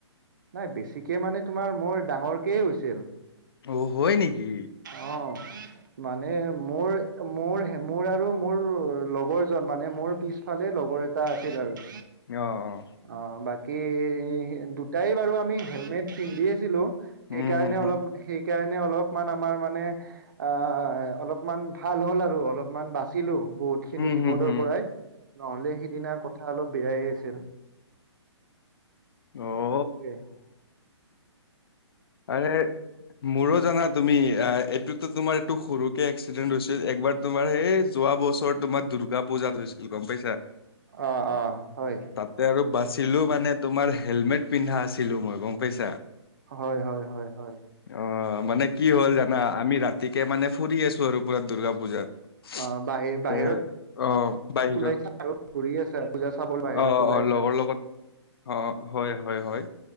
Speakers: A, on the right; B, on the left.
A: নাই, বেছিকে মানে তোমাৰ মোৰ ডাঙৰকেই হৈছিল।
B: অ', হয় নেকি?
A: অ'। মানে মোৰ, মোৰহে মোৰ আৰু মোৰ লগৰ জন মানে মোৰ পিছফালে লগৰ এটা আছিল আৰু।
B: অ, অ।
A: অ, বাকী দুটাই বাৰু আমি হেলমেট পিন্ধি আছিলোঁ।
B: হুম,
A: সেইকাৰণে
B: হুম, হুম।
A: অলপ, সেইকাৰণে অলপমান আমাৰ মানে আ, অলপমান ভাল হ'ল আৰু অলপমান বাচিলো বহুত খিনি
B: হুম,
A: বিপদৰ
B: হুম, হুম।
A: পৰাই। নহ'লে সিদিনা কথা অলপ বেয়ায়ে আছিল।
B: অ'।
A: সেইটোএ।
B: আৰে মোৰো জানা তুমি, আ এইটোতো তোমাৰ এইটো সৰুকে এক্সিডেন্ট হৈছিল। একবাৰ তোমাৰ সেই যোৱা বছৰ তোমাৰ দুূৰ্গা পূজাত হৈছিল। গম পাইছা।
A: অ, অ। হয়।
B: তে আৰু বাচিলো মানে তোমাৰ হেলমেট পিন্ধা আছিলো মই, গম পাইছা।
A: হয়, হয়। হয়, হয়।
B: অ', মানে কি হ'ল জানা? আমি ৰাতিকে মানে ফুৰি আছো আৰু পুৰা দুূৰ্গা পূজাত
A: অ, বাহিৰ বাহিৰত
B: তে অ বাহিৰৰ
A: ওলাইছা আৰু ঘূৰি আছা। পূজা চাবলৈ বাহিৰত
B: অ
A: ওলাইছা।
B: অ লগৰ অ, হয়। হয়। হয়।